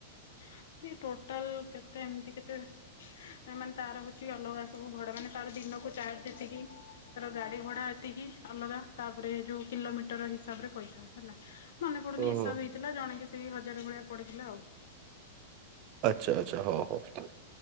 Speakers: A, on the left; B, on the right.
A: ସିଏ ଟୋଟାଲ୍ କେତେ ଏମ୍ତି କେତେ ନାଇଁ ମାନେ ତାର ହଉଚି ଅଲଗା ସବୁ ଭଡ଼ା, ମାନେ ତାର ଦିନକୁ ଚାର୍ଜ ଯେତିକି ସେ ତାର ଗାଡି ଭଡା ଏତିକି ଅଲଗା, ତାପରେ ଯୋଉ କିଲୋମିଟର ହିସାବ ରେ ପଇସା ହେଲା। ମନେ ପଡୁନି
B: ଓହୋ
A: ହିସାବ ହେଇଥିଲା, ଜଣେକେ ସେଇ ହଜାରେ ଭଳିଆ ପଡିଥିଲା ଆଉ।
B: ଆଚ୍ଛା-ଆଚ୍ଛା ହଉ-ହଉ।